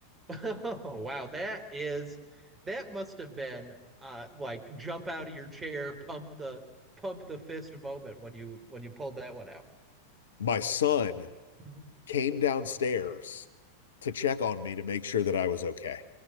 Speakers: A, on the right (about 15°); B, on the left (about 65°).
A: <laughs> Oh wow. That is that must have been uh like jump out of your chair, pump the pump the fist moment when you when you pulled that one out.
B: My son
A: Mhm.
B: came downstairs to check on me to make sure that I was okay.